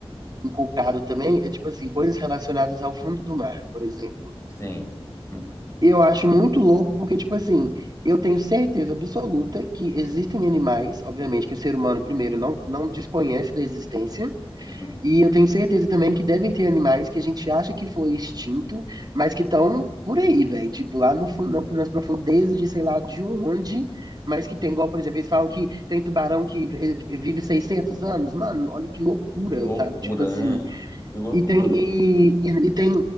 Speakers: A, on the right (about 45°); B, on the left (about 30°).
A: inculcado também é, tipo assim, coisas relacionadas ao fundo do mar, por exemplo.
B: Sim. Hum,
A: Eu acho muito louco porque, tipo assim, eu tenho certeza absoluta que existem animais, obviamente, que o ser humano, primeiro, não, não desconhece da existência,
B: uhum.
A: e eu tenho certeza também que devem ter animais que a gente acha que foi extinto, mas que estão por aí, velho. Tipo, lá no fundo, nas profundezas de sei lá de onde, mas que tem, igual, por exemplo, eles falam que tem tubarão que eh, vive 600 anos. Mano, olha que loucura,
B: Que Loucura,
A: sabe? Tipo assim,
B: né? Que loucura.
A: e tem, e, e, e tem